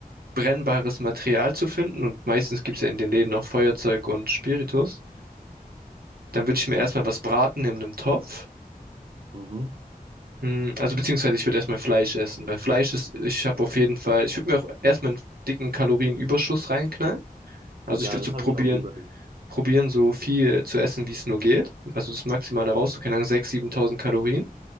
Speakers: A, on the right; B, on the right.
A: brennbares Material zu finden. Und meistens gibt's ja in den Läden auch Feuerzeug und Spiritus. Dann würde ich mir erstmal was braten in einem Topf.
B: Mhm.
A: Hm, Also beziehungsweise ich würde erstmal Fleisch essen, weil Fleisch ist, ich habe auf jeden Fall, ich würde mir auch erstmal einen dicken Kalorienüberschuss reinknallen. Also
B: Ja,
A: ich würde
B: das
A: so probieren,
B: habe ich auch überlegt.
A: probieren, so viel zu essen, wie es nur geht. Also das Maximale raus, so keine Ahnung, 6.000, 7.000 Kalorien.